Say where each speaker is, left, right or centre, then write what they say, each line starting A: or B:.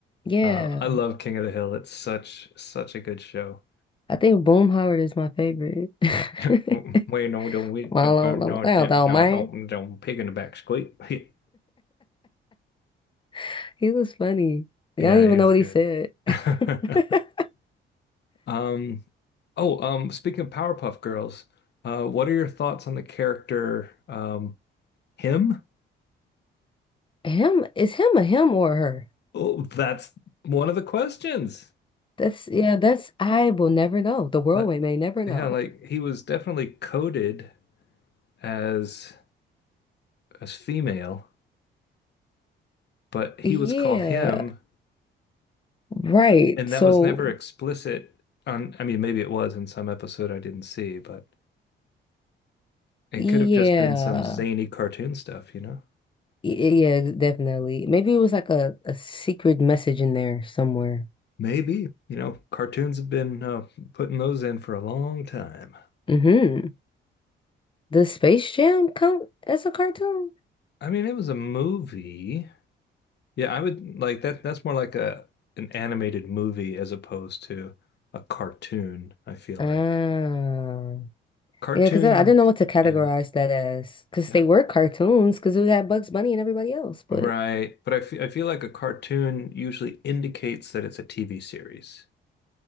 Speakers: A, on the left; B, on the left.
A: Yeah.
B: Uh, I love King of the Hill. It's such such a good show.
A: I think Boom Howard is my favorite. <laughs>
B: <laughs> Waiting no, them with your don't we jump
A: Well,
B: out,
A: I don't,
B: don't
A: I
B: tap,
A: don't
B: don't
A: mind.
B: don't don't pig in the back squeak. <laughs>
A: <laughs> He was funny. Y'all
B: Yeah,
A: don't even
B: he was
A: know what
B: good.
A: he said.
B: <laughs>
A: <laughs>
B: Um, oh, um, speaking of Powerpuff Girls, uh, what are your thoughts on the character, um, him?
A: Him is him a him or a her?
B: Oh, that's one of the questions.
A: That's yeah, that's I will never know. The world
B: Like,
A: we may never
B: yeah,
A: know.
B: like he was definitely coded as as female, but he
A: Yeah,
B: was called him,
A: right.
B: and
A: So
B: that was never explicit on, I mean, maybe it was in some episode I didn't see, but It
A: yeah.
B: could have just been some zany cartoon stuff, you know?
A: Y- Yeah, definitely. Maybe it was like a, a secret message in there somewhere.
B: Maybe. You know, cartoons have been uh, putting those in for a long time.
A: Mm-hmm. Does Space Jam count as a cartoon?
B: I mean, it was a movie. Yeah, I would like that. That's more like a an animated movie as opposed to a cartoon, I feel
A: Ah.
B: like. Cartoon,
A: Yeah, because I, I didn't know what to categorize
B: yeah,
A: that as. Because
B: yeah,
A: they were cartoons, because it had Bugs Bunny and everybody else. But
B: right. But I fe- I feel like a cartoon usually indicates that it's a TV series.